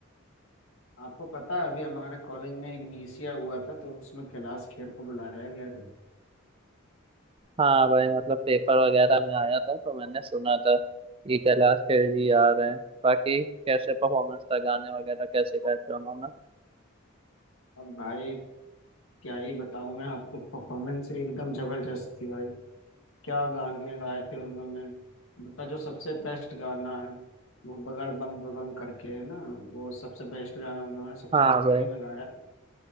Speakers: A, on the left; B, on the right.
A: आपको पता है अभी हमारे कॉलेज में एक नीसिया हुआ था तो उसमें कैलाश खेर को बुलाया गया था
B: हाँ भाई मतलब पेपर वगैरह में आया था तो मैंने सुना था कि कैलाश खेर जी आ रहे हैं बाकी कैसे परफॉर्मेंस था गाने वगैरह कैसे गाए थे उन्होंने
A: अब भाई क्या ही बताऊं मैं आपको परफॉर्मेंस एकदम जबरदस्त थी भाई क्या गाने गाए थे उन्होंने उनका जो सबसे बेस्ट गाना है वो बगड़ बम बम करके है ना वो सबसे बेस्ट गाना उन्होंने सबसे
B: हाँ
A: आखिरी
B: भाई
A: में गाया था